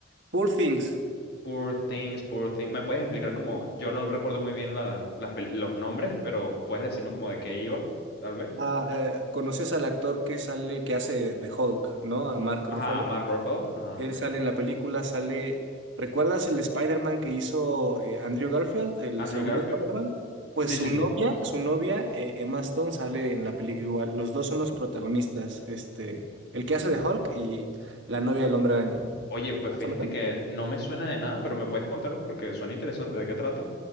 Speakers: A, on the right; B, on the left.
A: Poor Things.
B: Poor things, poor things. ¿Me puedes explicar como, yo no recuerdo muy bien la, las pel- los nombres, pero puedes decirme como de qué iba, tal vez?
A: Ah, eh, conoces al actor que sale, que hace de Hulk, ¿no? A Mark
B: Ajá,
A: Ruffalo.
B: Mark Ruffalo. Ajá.
A: Él sale en la película, sale. ¿Recuerdas el Spider-Man que hizo eh, Andrew Garfield, el
B: Andrew
A: segundo
B: Garfield.
A: Spider-Man? Pues
B: Sí,
A: su
B: sí,
A: novia,
B: sí.
A: su novia, eh, Emma Stone, sale en la película igual. Los dos son los protagonistas. Este, el que hace de Hulk y la novia del Hombre Araña.
B: Oye, pues
A: ¿Más
B: fíjate
A: o menos?
B: que no me suena de nada, pero me puedes contar porque suena interesante de qué trata.